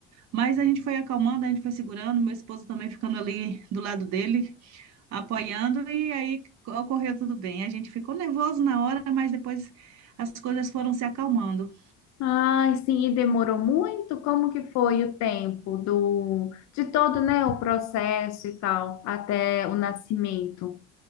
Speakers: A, on the right (about 60°); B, on the left (about 60°).
A: Mas a gente foi acalmando, a gente foi segurando, meu esposo também ficando ali do lado dele, apoiando, e aí ocorreu tudo bem. A gente ficou nervoso na hora, mas depois as coisas foram se acalmando.
B: Ai, sim, e demorou muito? Como que foi o tempo do de todo, né, o processo e tal, até o nascimento?